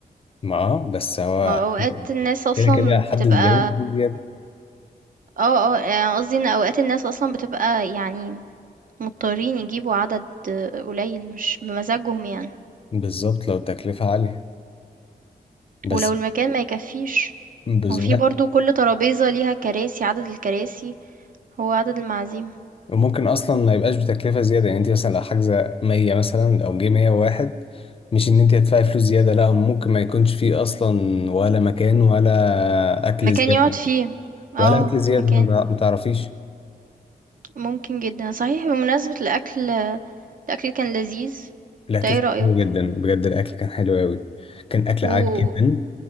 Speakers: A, on the left; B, on the right.
A: ما آه، بس هو أكيد
B: ما هو اوقات الناس
A: يعني
B: اصلا
A: كده كده حد
B: بتبقى
A: زياده زياده
B: اه اه يعني قصدي ان اوقات الناس اصلا بتبقى يعني مضطرين يجيبوا عدد آه، قليل مش بمزاجهم يعني
A: بالظبط لو التكلفه عاليه بس
B: ولو المكان ما يكفيش
A: بس
B: هو في برضو كل ترابيزة ليها كراسي عدد الكراسي هو عدد المعازيم
A: وممكن اصلا ما يبقاش بتكلفه زياده يعني انت مثلا لو حاجزه 100 مثلا لو جه 101 مش ان انت هتدفعي فلوس زياده لا ممكن ما يكونش فيه اصلا ولا مكان ولا اكل
B: مكان
A: زياده
B: يقعد فيه اه
A: ولا اكل زياده
B: مكان
A: ما ما تعرفيش
B: ممكن جدا صحيح بمناسبة الأكل الأكل كان لذيذ
A: الاكل
B: انت ايه
A: كان
B: رأيك
A: حلو جدا بجد الاكل كان حلو قوي كان اكل
B: و
A: عادي جدا